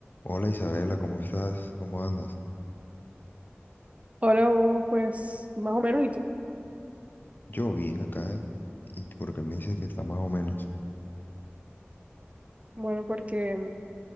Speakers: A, on the left; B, on the right.
A: Hola Isabela, ¿cómo estás? ¿Cómo andas?
B: Hola, Hugo, pues más o menos, ¿y tú?
A: Yo bien acá, eh, y porque me dices que está más o menos.
B: Bueno, porque